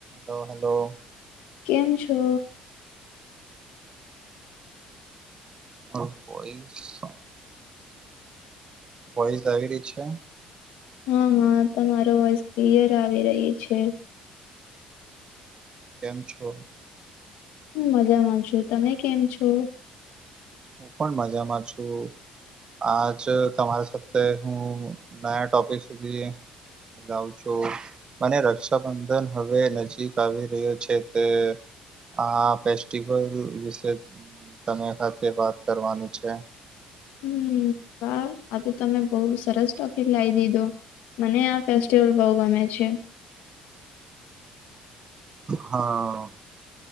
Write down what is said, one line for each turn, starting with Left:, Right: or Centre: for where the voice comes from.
Right: Hello hello.
Left: કેમ છો?
Right: <inaudible> Voice આવી રી છે.
Left: હા હા તમારો વોઇસ ક્લિયર આવી રહી છે.
Right: કેમ છો?
Left: હું મજા મજાનમા છું તમે કેમ છો?
Right: હું પણ મજામાં છું આજ તમારા સાથે હું નયા ટોપિક સુધી લાઉ છું મને રક્ષાબંધન હવે નજીક આવી રહ્યું છે, તે આ ફેસ્ટિવલ વિશે તમે સાથે વાત કરવાનું છે.
Left: હમ વાહ આ તો તમે બહુ સરસ ટોપિક લાય દીધો મને આ ફેસ્ટિવલ બઉ ગમે છે.
Right: હા